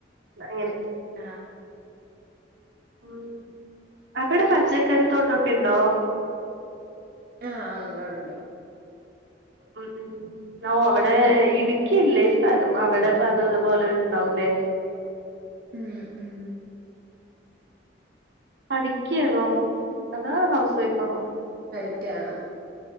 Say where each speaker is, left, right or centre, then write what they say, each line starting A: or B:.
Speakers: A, on the right; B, on the right.
A: അങ്ങനെ
B: ആഹ
A: ഉം അവിടെ പച്ചക്കറിത്തോട്ടൊക്കെ ഉണ്ടോ
B: ആഹ് ഒണ്ട് ഒണ്ട്
A: ഉം ഉം ഒ അവിടെ ഇടുക്കിയല്ലേ സ്ഥലം അവിടെപ്പ അത അതുപോലെ ഉണ്ടാവുല്ലേ
B: ഉം ഉം
A: പഠിക്കയാണോ അതോ ഹൗസ് വൈഫാണോ
B: ക്കയാണ്